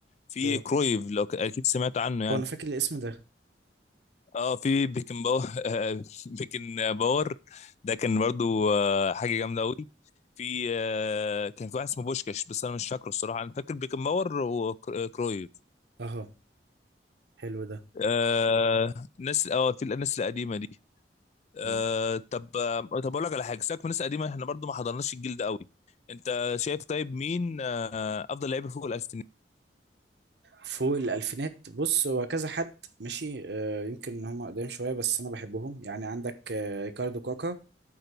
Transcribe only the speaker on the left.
في
كرويف لو ك- اكيد سمعت عنه يعني
اه في بيكن باور <laughs> آه بيكن باور <laughs> ده كان برضو آه حاجة جامدة قوي في آه كان في واحد اسمه بوشكاش بس انا مش فاكره الصراحة انا فاكر بيكن باور وكرويف
آه ناس اه في الناس القديمه دي آه
طب آه، طب اقول لك على حاجه سيبك من الناس القديمه احنا برضو ما حضرناش الجيل ده قوي انت شايف طيب مين آه افضل لعيب فوق الالفينات